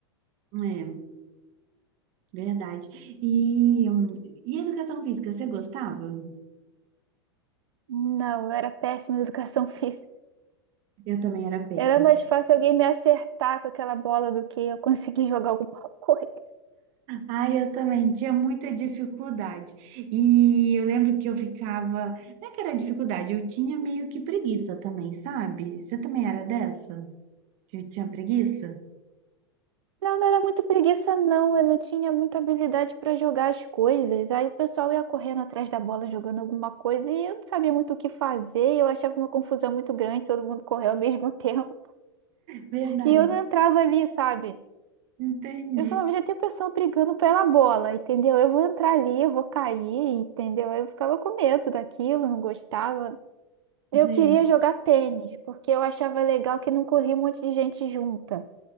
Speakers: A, on the right (about 50°); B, on the right (about 80°).
A: é, verdade. E, hum, e educação física, você gostava?
B: Não, eu era péssima em educação <laughs> física.
A: Eu também era péssima.
B: Era mais fácil alguém me acertar com aquela bola do que eu conseguir jogar alguma <laughs> coisa.
A: Ai, eu também tinha muita dificuldade. E eu lembro que eu ficava. Não é que era dificuldade, eu tinha meio que preguiça também, sabe? Você também era dessa? Eu tinha preguiça?
B: Não, não era muito preguiça, não. Eu não tinha muita habilidade para jogar as coisas. Aí o pessoal ia correndo atrás da bola, jogando alguma coisa, e eu não sabia muito o que fazer. Eu achava uma confusão muito grande, todo mundo correu ao <laughs> mesmo tempo.
A: Verdade,
B: E eu não entrava ali, sabe?
A: entendi.
B: Eu falava, já tem pessoa brigando pela bola, entendeu? Eu vou entrar ali, eu vou cair, entendeu? Eu ficava com medo daquilo, não gostava. Eu
A: Né?
B: queria jogar tênis, porque eu achava legal que não corria um monte de gente junta.